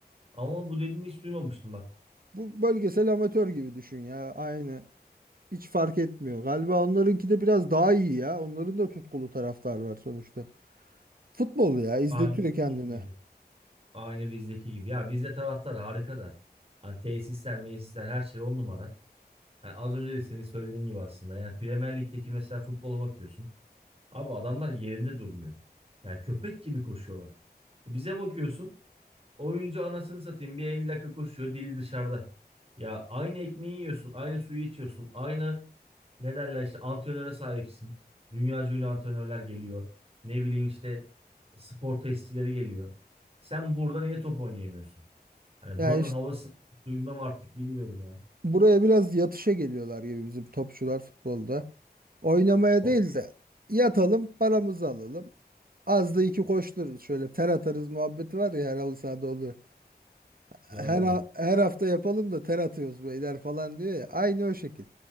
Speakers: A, on the right (about 35°); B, on the right (about 60°).
A: Ama bu dediğini hiç duymamıştım bak.
B: Bu bölgesel amatör gibi düşün ya. Aynı. Hiç fark etmiyor. Galiba onlarınki de biraz daha iyi ya. Onların da tutkulu taraftar var sonuçta. Futbol ya izletiyor
A: Aynı bizdeki
B: kendine.
A: gibi. Aynı bizdeki gibi. Ya bizde taraftar harika da. Ha, tesisler, mesisler her şey on numara. Yani az önce de senin söylediğin gibi aslında. Yani Premier Lig'deki mesela futbola bakıyorsun. Abi adamlar yerinde durmuyor. Yani köpek gibi koşuyorlar. E Bize bakıyorsun. Oyuncu anasını satayım bir 50 dakika koşuyor dili dışarıda. Ya aynı ekmeği yiyorsun, aynı suyu içiyorsun, aynı ne derler işte antrenöre sahipsin. Dünya ünlü antrenörler geliyor. Ne bileyim işte spor testileri geliyor. Sen burada niye top oynayamıyorsun? Hani
B: Yani
A: buranın
B: işte
A: havası suyunda mı artık bilmiyorum ya.
B: buraya biraz yatışa geliyorlar gibi bizim topçular futbolda. Oynamaya
A: O-
B: değil de yatalım paramızı alalım. Az da iki koştururuz. Şöyle ter atarız muhabbeti var ya her halı sahada oluyor. her,
A: Doğru diyor.
B: ha- her hafta yapalım da ter atıyoruz beyler falan diyor ya. Aynı o şekil.